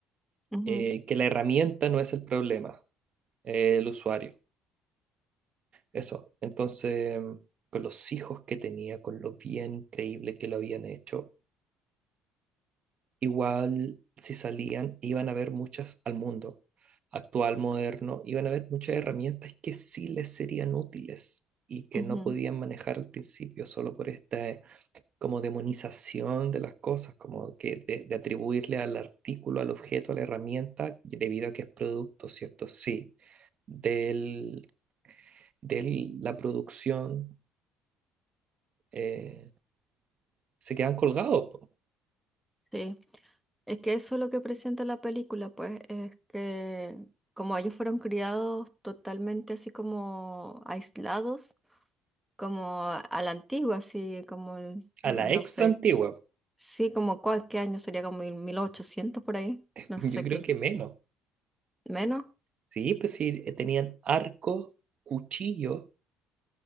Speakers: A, in the centre; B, on the right.
A: Ujú,
B: eh, que la herramienta no es el problema, eh, el usuario, eso. Entonces, mm, con los hijos que tenía, con lo bien creíble que lo habían hecho igual si salían, iban a ver muchas al mundo actual, moderno, iban a ver muchas herramientas que sí les serían útiles y que
A: ujú,
B: no podían manejar al principio solo por esta eh, como demonización de las cosas, como que de, de atribuirle al artículo, al objeto, a la herramienta, debido a que es producto, ¿cierto? Sí, del, de la producción, eh, se quedan colgados po.
A: sí. Es que eso es lo que presenta la película, pues, es que como ellos fueron criados totalmente así como aislados, como a a la antigua, así como, el- no
B: a la extra
A: sé,
B: antigua.
A: sí, como cuál, qué año sería como mil, 1800 por ahí,
B: <laughs>
A: no
B: Yo
A: sé
B: creo
A: qué,
B: que menos.
A: menos,
B: Sí, pues sí, eh, tenían arcos, cuchillos